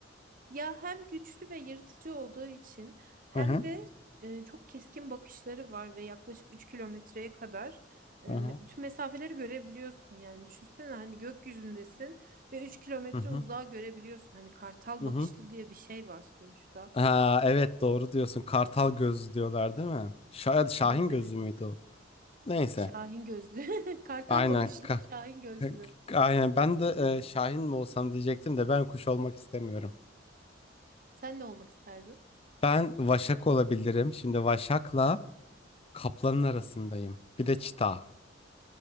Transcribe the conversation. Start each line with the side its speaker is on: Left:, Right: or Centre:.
Right: Ya hem güçlü ve yırtıcı olduğu için hem
Left: Hı hı.
Right: de e, çok keskin bakışları var ve yaklaşık 3 kilometreye kadar e,
Left: Hı
Right: me-
Left: hı.
Right: bütün mesafeleri görebiliyorsun. Yani düşünsene hani gökyüzündesin ve üç kilometre
Left: Hı hı.
Right: uzağa görebiliyorsun. Hani kartal
Left: Hı hı.
Right: bakışlı diye bir şey var sonuçta.
Left: Ha, evet doğru diyorsun. Kartal gözü diyorlar değil mi? Şa Şahin
Right: Evet
Left: gözü
Right: evet.
Left: müydü o? Neyse.
Right: Şahin gözlü. <laughs> Kartal
Left: Aynen.
Right: bakışlı,
Left: Ka-
Right: Şahin gözlü.
Left: ka- Aynen. Ben de e, Şahin mi olsam diyecektim de ben kuş olmak istemiyorum.
Right: Sen ne olmak isterdin?
Left: Ben vaşak olabilirim. Şimdi vaşakla Kaplanın arasındayım. Bir de çita.